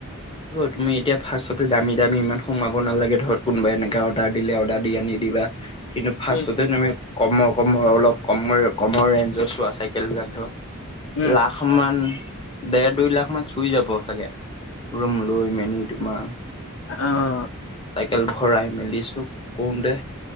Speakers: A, on the left; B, on the left.
A: তুমি এতিয়া ফাৰ্ষ্টতে দামী দামী ইমান সোমাব নালাগে ধৰক কোনোবা এনেকা অৰ্ডাৰ দিলে অৰ্ডাৰ দি আনিদিবা। কিন্তু ফাৰ্ষ্টতে
B: উম,
A: তুমি কমৰ কমৰ অলপ কম কমৰ ৰেঞ্জৰ চোৱা চাইকেল বিলাক ধোৰা।
B: উম,
A: লাখ মান দেৰ-দুই লাখ মান চুই যাব চাগে। ৰুম লৈ মেলি তোমাৰ
B: অ।
A: চাইকেল ভৰাই মেলিছো চব কৰোঁতে